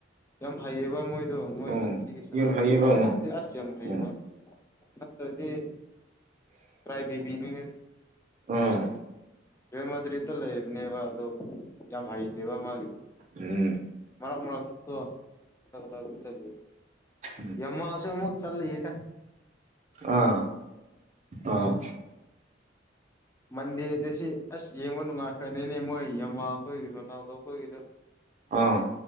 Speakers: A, on the left (about 15°); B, on the right (about 40°).
A: ꯌꯥꯝ ꯍꯩꯌꯦꯕ ꯃꯣꯏꯗꯣ ꯃꯣꯏ
B: ꯎꯝ
A: ꯀꯟꯇ꯭ꯔꯤꯒꯤ ꯁꯥꯟꯅꯕꯗꯤ
B: ꯌꯥꯝ ꯍꯩꯌꯦꯕ
A: ꯋꯥꯔꯜ
B: ꯎꯝ
A: ꯀꯞꯇꯤ ꯑꯁ ꯌꯥꯝ ꯍꯩꯕ
B: ꯎꯝ
A: ꯅꯗꯤ ꯀꯥꯏ ꯐꯕꯤꯅꯤ
B: ꯑꯥ
A: ꯔꯦꯃꯗ꯭ꯔꯤꯠꯇ ꯂꯩꯕꯅꯦꯕ ꯑꯗꯣ ꯌꯥꯝ ꯍꯩꯇꯦꯕ ꯃꯥꯒꯤ
B: ꯎꯝ
A: ꯃꯔꯛ ꯃꯔꯛ ꯀ ꯀ ꯀ ꯑꯗꯨ ꯆꯠ
B: ꯎꯝ
A: ꯌꯦꯣꯁꯨ ꯑꯃꯛ ꯆꯂꯔ
B: ꯑꯥ ꯑꯥ
A: ꯃꯟꯗꯦꯗ ꯁꯤ ꯑꯁ ꯌꯦꯡꯕ ꯅꯨꯡꯉꯥꯏꯈ꯭ꯔꯅꯤꯅꯦ ꯃꯣꯏ ꯌꯥꯝꯃ ꯑꯩꯈꯣꯏꯒꯤ ꯔꯣꯅꯥꯜꯗꯣ ꯑꯩꯈꯣꯏꯒꯤꯗꯣ
B: ꯑꯥ